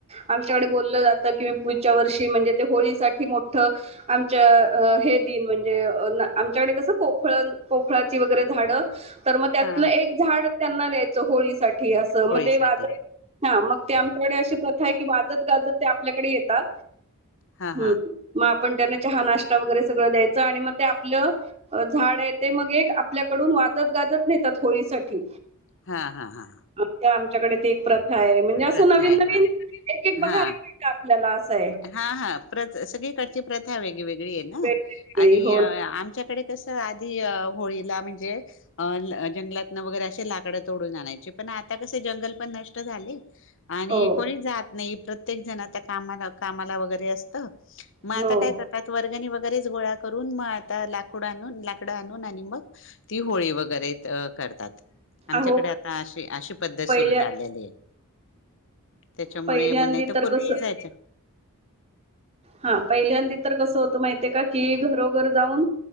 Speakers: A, on the right; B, on the left.
A: आमच्याकडे बोललं जातं कि मी पुढच्या वर्षी म्हणजे ते होळीसाठी मोठ आम च्या हे दिन म्हणजे अ न आमच्याकडे कस पोखळन पोखळाची वगैरे झाडं तर मग त्यातलं
B: हा
A: एक झाड त्यांना द्यायचं होळी साठी असं
B: होळीसाठी
A: मग ते वाज हा मग ते आमच्याकडे अशी प्रथाय की, वाजत गाजत ते आपल्याकडे येतात.
B: हा
A: हम्म.
B: हा
A: म आपण त्यांना चहा नाष्टा वगैरे सगळं द्यायचं. आणि म ते आप आपलं झाडय ते मग एक आपल्याकडून वाजत गाजत नेतात होळीसाठी.
B: हा हा हा.
A: आता आमच्याकडे ते एक प्रथाय. म्हणजे असं
B: प्रथा
A: नवीन
B: आहे
A: नवीन,
B: हा
A: एक एक बघायला
B: हा
A: मिळतय. आपल्याला असंय.
B: हा हा. प्रथ सगळीकडची प्रथा वेगळीवेेगळीय ना.
A: वेगवेगळी
B: आणि
A: हो
B: आमच्याकडे कस आधी होळीला म्हणजे अ ल जंगलातन वगैरे असे लाकडं तोडून आणायचे. पण आता कसय, जंगल पण नष्ट झाले. आणि
A: हो
B: कोणी जात नाही. प्रत्येक जण आता कामाला कामाला वगैरे असतं. मग
A: हो
B: आता काय कर त्यात वर्गणी वगैरेच गोळा करून, मग आता लाकूड आणून, लाकडं आणून आणि मग ती होळी वगैरे करतात. आमच्याकडे
A: अहो
B: आता अशी, अशी पद्धत सुरू
A: पहिल्या
B: झालेली आहे. त्याच्यामुळे,
A: पहिल्यांदी
B: म नाही तर पूर्वी
A: कसं
B: जायचं
A: हा, पहिल्यांदी तर कसं होतं माहितीय का? कि घरोघर जाऊन,